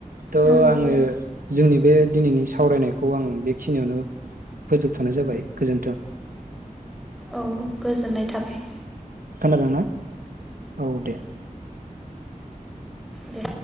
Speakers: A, on the right; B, in the centre.
A: थ'
B: नंगौ
A: आङो जोंनि बे दिनैनि सावरायनायखौ आं बेखिनियावनो फोजोबथनाय जाबाय गोजोन्थों।
B: औ गोजोननाय थाबाय।
A: खोनादोंना? औ दे।
B: दे